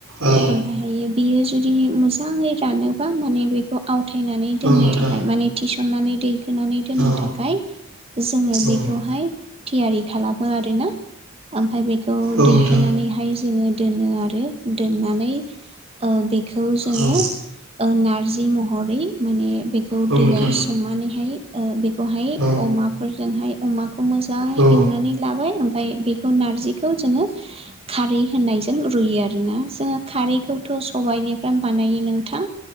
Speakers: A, on the right; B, on the right.
A: औ
B: ओमफ्रायहायो बेयो जुदि मोजाङै रानोबा माने बेखौ आवथायनानै दोननो
A: औ नोंथां
B: थाखाय माने थिसननानै दैखोनानै दोननो
A: औ
B: थाखाय थाखाय जोङो
A: औ
B: बेखौहाय थियारि खालामो आरोना ओमफ्राय बेखौ
A: औ
B: दैखोनानैहाय
A: नोंथां
B: जोङो दोनो आरो दोननानै बेखौ जोङो
A: औ
B: नारजि महरै माने बेखौ
A: औ
B: दैयाव
A: नोंथां
B: सोमनानैहाय बे बेहाय
A: औ नोंथां औ
B: अमाफोरजोंहाय अमाखौ मोजाङै
A: औ
B: एवनानै लाबाय ओमफ्राय बेखौ नारजिखौ जोङो खारै होननायजों रुयो आरोना जोङो खारैखौथ' सबायनिफ्राय बानायो नोंथां